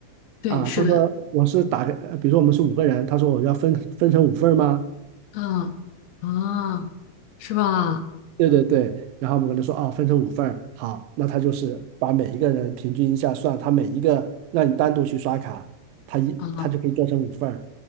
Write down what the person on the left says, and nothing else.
对，
是的，
嗯啊，是吧？
啊。